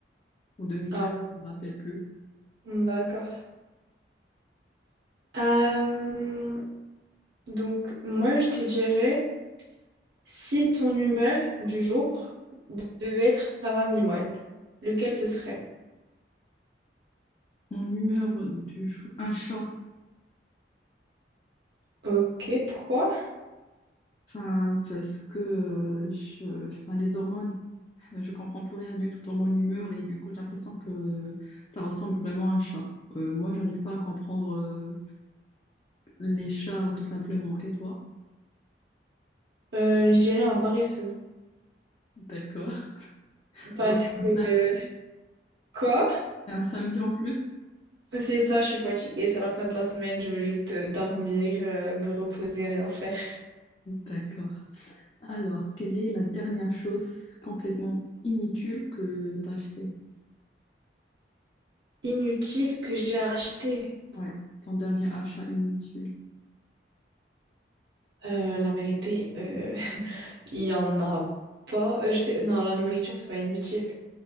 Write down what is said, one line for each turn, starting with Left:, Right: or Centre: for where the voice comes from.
Left: ou 2013,
Right: ah ouais,
Left: je me rappelle plus.
Right: d'accord. Euh, donc, moi, je te dirais. Si ton humeur du jour devait être un animal, lequel ce serait?
Left: Mon humeur du jour, un chat.
Right: Ok, pourquoi?
Left: Enfin, parce que euh, je, enfin, les hormones, <laughs> je comprends plus rien du tout dans mon humeur et du coup, j'ai l'impression que ça ressemble vraiment à un chat. Euh, moi, j'arrive pas à comprendre euh, les chats tout simplement. Et toi?
Right: Euh, je dirais un paresseux.
Left: D'accord.
Right: Parce
Left: Alors,
Right: que,
Left: c'est un sam-
Right: quoi?
Left: c'est un samedi en plus?
Right: C'est ça, je suis fatiguée, c'est la fin de la semaine, je veux juste euh, dormir, euh, me reposer, rien faire.
Left: D'accord. Alors, quelle est la dernière chose complètement inutile que tu as achetée?
Right: Inutile que j'ai acheté.
Left: Ouais, ton dernier achat inutile.
Right: Euh, la vérité, euh, <laughs> il y en a pas. Euh, je sais, non, la nourriture, c'est pas inutile.